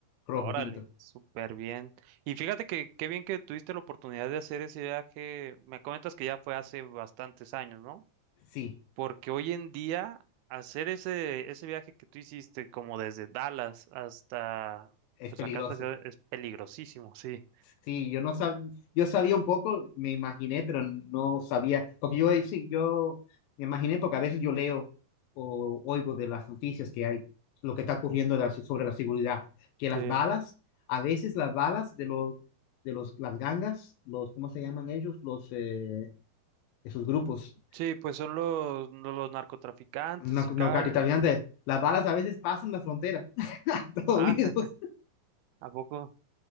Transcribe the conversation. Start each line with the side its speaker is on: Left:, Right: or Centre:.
Left: rojo
Right: Órale,
Left: tinto.
Right: súper bien. Y fíjate que qué bien que tuviste la oportunidad de hacer ese viaje. Me comentas que ya fue hace bastantes años, ¿no?
Left: Sí,
Right: Porque hoy en día hacer ese, ese viaje que tú hiciste como desde Dallas hasta,
Left: es
Right: pues
Left: peligroso.
Right: acá hasta Ciudad- es peligrosísimo, sí.
Left: Sí, yo no sab... yo sabía un poco, me imaginé, pero no sabía, porque yo eh, sí, yo me imaginé porque a veces yo leo o oigo de las noticias que hay, lo que está ocurriendo de la- sobre la seguridad, que
Right: Sí,
Left: las balas, a veces las balas de los, de los, las gangas, los, ¿cómo se llaman ellos? Los, eh, esos grupos,
Right: sí, pues son los, los narcotraficantes,
Left: no,
Right: sicarios.
Left: no narcotraficantes, las balas a veces pasan la frontera <laughs> a Estados
Right: Ah,
Left: Unidos,
Right: <laughs> ¿a poco?